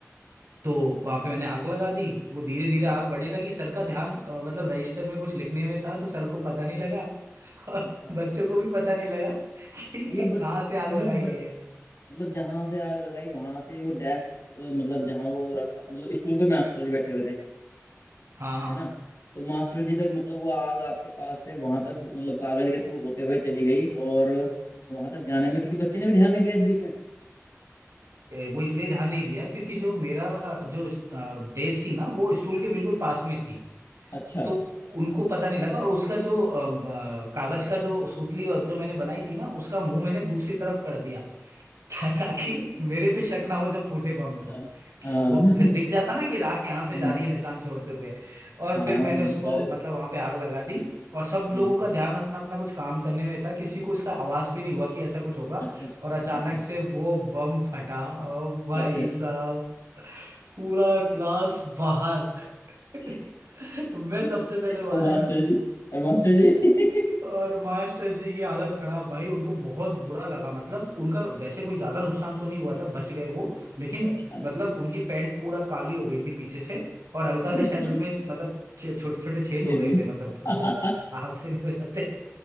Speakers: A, on the right (about 70°); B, on the left (about 65°).
A: तो
B: अच्छा
A: वहां पे मैंने आग लगा दी वो धीरे धीरे
B: हम्म,
A: आग बढ़ने लगी सर का ध्यान अ, मतलब रजिस्टर में कुछ लिखने में था तो सर को पता नहीं लगा और
B: अच्छा
A: बच्चों को भी पता नहीं लगा कि
B: मतलब
A: ये
B: बत,
A: कहाँ से आग
B: मतलब
A: लगाई
B: बत,
A: गई है
B: मतलब जहां से आग लगाई वहां से वो डेस्क मतलब जहां वो रखा मतलब स्टूल पे मास्टर जी बैठे हुए थे
A: हाँ हाँ
B: है ना तो मास्टर जी तक मतलब वो आग आपके पास से वहां तक मतलब कागज के थ्रू होते हुए चली गई और वहां तक जाने में किसी बच्चे ने भी ध्यान नहीं दिया इस बीच में
A: ए, वो इसलिए ध्यान नहीं दिया क्योंकि जो मेरा जो डेस्क थी ना वो स्टूल के बिल्कुल पास में थी
B: अच्छा
A: तो उनको पता नहीं लगा और उसका जो अ, ब- कागज का जो सूतली जो मैंने बनाई थी ना उसका मुंह मैंने दूसरी तरफ कर दिया ता- ताकि
B: अच्छा
A: मेरे पे शक ना हो जब फूटे बम तो
B: हाँ
A: कि
B: हाँ
A: वो फिर दिख
B: <laughs>
A: जाता ना कि राख यहाँ से
B: हम्म,
A: जा रही है निशान छोड़ते हुए और
B: हाँ,
A: फिर मैंने उसको
B: अरे
A: मतलब वहां पे आग लगा दी और सब
B: हम्म,
A: लोगों का ध्यान अपना अपना कुछ काम करने में था किसी को इसका आवाज भी नहीं हुआ कि ऐसा कुछ होगा
B: अच्छा
A: और अचानक
B: अच्छा
A: से वो बम फटा ओ भाई
B: अच्छा
A: साहब पूरा क्लास बाहर <laughs>
B: <laughs>
A: मैं सबसे पहले बाहर
B: और मास्टर जी और मास्टर जी <laughs>
A: और मास्टर जी की हालत खराब भाई उनको बहुत बुरा लगा मतलब उनका वैसे कोई ज्यादा नुकसान तो नहीं हुआ था बच गए वो लेकिन
B: अच्छा
A: मतलब उनकी पैंट पूरा काली हो गई थी पीछे से और हल्का
B: <laughs>
A: सा शायद उसमें मतलब छोटे छोटे छेद
B: ये
A: हो गए
B: जी
A: थे मतलब
B: <laughs>
A: जो आग से नहीं हो जाते